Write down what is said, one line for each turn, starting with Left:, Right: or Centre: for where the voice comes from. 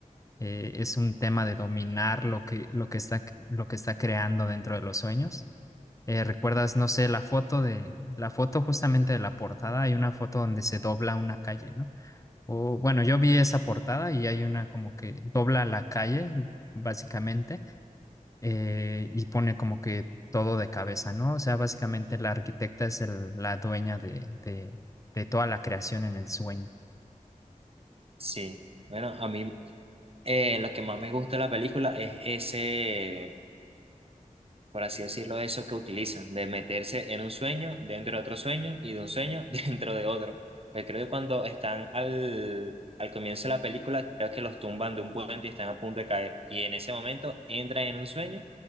Left: eh, es un tema de dominar lo que, lo que está, lo que está creando dentro de los sueños. Eh, ¿recuerdas, no sé, la foto de, la foto justamente de la portada? Hay una foto donde se dobla una calle, ¿no? O bueno, yo vi esa portada y hay una como que dobla la calle, básicamente, eh, y pone como que todo de cabeza, ¿no? O sea, básicamente la arquitecta es el- la dueña de, de, de toda la creación en el sueño.
Right: Sí, bueno, a mí eh, lo que más me gusta de la película es ese, por así decirlo, eso que utiliza, de meterse en un sueño, dentro de otro sueño y de un sueño <laughs> dentro de otro. Porque creo que cuando están al, al comienzo de la película, creo que los tumban de un puente y están a punto de caer. Y en ese momento entran en un sueño